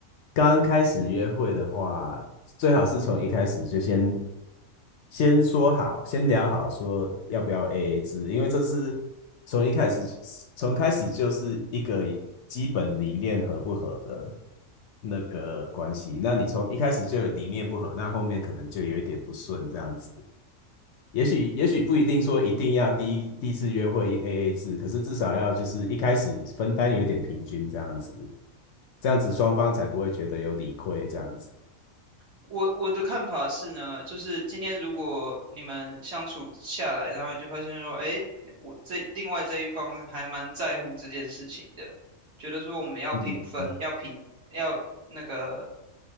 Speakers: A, on the left (about 65°); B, on the right (about 55°).
A: 刚开始约会的话，最好是从一开始就先先说好，先聊好说要不要 AA 制，因为这是从一开始从开始就是一个基本理念合不合的那个关系。那你从一开始就有理念不合，那后面可能就有一点不顺这样子。也许也许不一定说一定要第一第一次约会 AA 制，可是至少要就是一开始分担有一点平均这样子，这样子双方才不会觉得有理亏这样子。
B: 我我的看法是呢，就是今天如果你们相处下来，然后你就发现说，哎，我这另外这一方还蛮在乎这件事情的，觉得说我们要平分，
A: 嗯
B: 要平，要那个